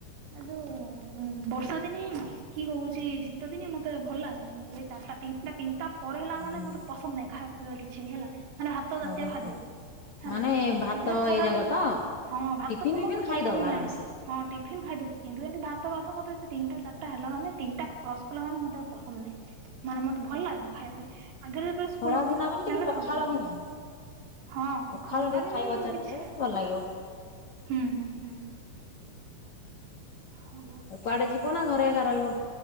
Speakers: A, on the right (about 80°); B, on the left (about 50°).
A: ଆ ଯୋଉ ବର୍ଷା ଦିନେ କି ହଉଛି ଶୀତ ଦିନେ ମତେ ଭଲ ଲାଗେନି ଏ ଚାରିଟା ତିନିଟା ତିନିଟା ପରେ ହେଲା ମାନେ
B: ହୁଁ
A: ମତେ ପସନ୍ଦ ନାହିଁ ଖାଇବା ପିଇବା କିଛି ବି ହେଲା ମାନେ ଭାତ ଜାତୀୟ
B: ଓହୋ
A: ଖାଦ୍ୟ। ହେଲା
B: ମାନେ ଭାତ
A: କିନ୍ତୁ ଏ ଖରା
B: ଯାକ
A: ଦିନ
B: ତ?
A: ହଁ ଭାତ
B: ଟିଫିନ ବିଫିନ
A: ମତେ
B: ଖାଇଦବ
A: ପସନ୍ଦ
B: ଆରାମସେ
A: ନାହିଁ। ହଁ ଟିଫିନ୍ ଖାଇଦେଇଚି କିନ୍ତୁ ଏମତି ଭାତ ଫାତ ମତେ ସେ ତିନିଟା ଚାରିଟା ହେଲା ମାନେ ତିନଟା କ୍ରସ୍ କଲା ମାନେ ମତେ ଆଉ ପସନ୍ଦ ନାହିଁ। ମାନେ ମତେ ଭଲ ଲାଗେନି ଖାଇବା ପାଇଁ ଆଗରେ ଯେତେବେଳେ ସ୍କୁଲ୍
B: ଖରା
A: ରେ ପଢ଼ୁଥିଲି
B: ଦିନ
A: ସେ
B: ବେଲେ ଟିକେ
A: ଟାଇମ୍ ରେ
B: ପଖାଳ
A: ଖାଉଥିଲି।
B: କି ନାହିଁ।
A: ହଁ
B: ପଖାଳ
A: ଖରାଦିନ
B: ଟିକେ ଖାଇବ ଚାରିଟାରେ
A: କିଛି
B: ବେଲେ ଭଲ ଲାଗିବ।
A: ହୁଁ ହୁଁ ହଁ। <inaudible>
B: କୁଆଡେ ଯିବ ନା ଘରେ ଏକା ରହିବ